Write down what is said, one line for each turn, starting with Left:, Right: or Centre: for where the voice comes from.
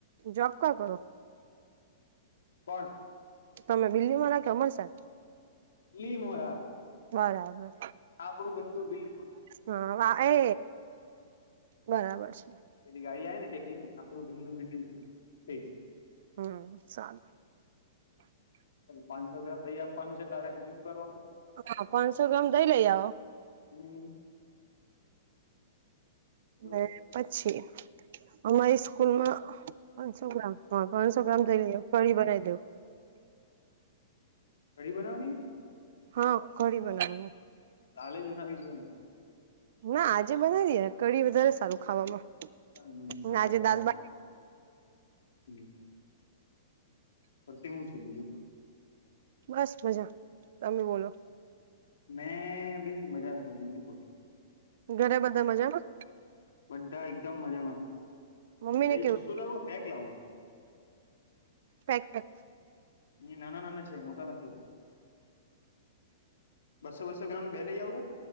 Right: જબ કા કરો?
Left: પણ.
Right: તમે બિલ્લી માં રાખી અમરસાર
Left: લી મોરા.
Right: બરાબર.
Left: આપણું ગંદું બિલ્લ.
Right: હા વા એ બરાબર છે.
Left: જે ગાડીાય નેખ ને આપણું ઘું બિલ્ડીંગ થઈ છે.
Right: હમ ચાલ.
Left: પાંચસો ગ્રામ દહી આપવાનું છે તારે રીજુમ કરવાનું
Right: હ પાંસો ગ્રામ દહીં લઈ આવ.
Left: હમ. જો
Right: બે પછી અમારી સ્કૂલમાં પાંચસો ગ્રામ હ પાંચસો ગ્રામ દહીં લઇ આવો કળી બનાવી દેવ.
Left: કઢી બનાવાની.
Right: હા કંઠી બનાવવા ની.
Left: તાલે જનાવી જોઈએ ને.
Right: ના આજે બનાવી દએે ને કઢી વધારે સારું ખાવામાં.
Left: સારું સારુ.
Right: ને આજે દાલબાટી
Left: હ ફતેવું છે બીજું પણ.
Right: બસ મજા તમે બોલો.
Left: મેં ભી મજા કરુંછું બીજુ કો
Right: ઘરે બધા મજામાં.
Left: બધા એકદમ મજામાં
Right: મમ્મી ને
Left: દહી
Right: કેવું
Left: છૂટું લાવું પેક લાવું.
Right: Pack pack.
Left: એ નાના નાના છે મોટા નથી. બસો બસો ગ્રામમાં બે લઈ આઉ એ.